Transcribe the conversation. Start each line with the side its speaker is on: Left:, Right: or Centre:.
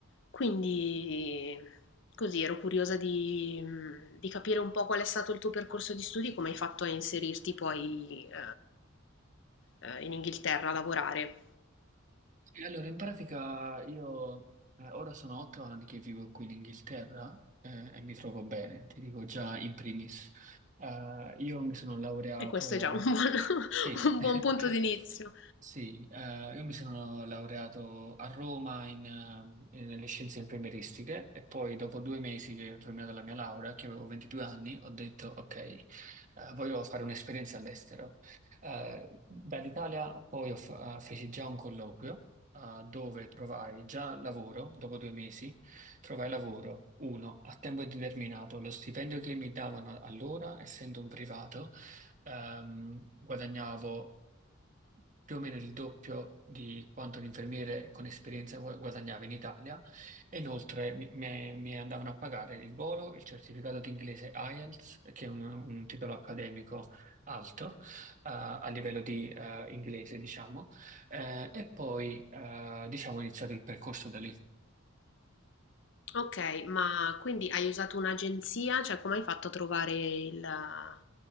Left: Quindi così ero curiosa di, mh, di capire un po' qual è stato il tuo percorso di studi, come hai fatto a inserirti poi eh, eh, in Inghilterra a lavorare.
Right: Sì, allora, in pratica io eh, ora sono otto anni che vivo qui in Inghilterra eh, e mi trovo bene, ti dico già in primis. Eh, io mi sono laureato
Left: E questo è già
Right: a...
Left: un buon, <laughs>
Right: Sì,
Left: un
Right: <laughs>
Left: buon punto d'inizio.
Right: Sì, eh, io mi sono laureato a Roma in, eh, nelle scienze infermieristiche e poi dopo due mesi che ho terminato la mia laurea, che avevo 22 anni, ho detto ok, eh, voglio fare un'esperienza all'estero. Eh, dall'Italia poi ho fa- eh, feci già un colloquio eh, dove trovai già lavoro, dopo due mesi trovai lavoro, uno, a tempo indeterminato, lo stipendio che mi davano allora, essendo un privato, ehm, guadagnavo più o meno il doppio di quanto un infermiere con esperienza gua- guadagnava in Italia e inoltre mi, mi- mi andavano a pagare il volo, il certificato di inglese IELTS, che è un, un titolo accademico alto eh, a livello di eh, inglese, diciamo, Eh, e poi eh, diciamo ho iniziato il percorso da lì.
Left: Ok, ma quindi hai usato un'agenzia? Cioè, come hai fatto a trovare il-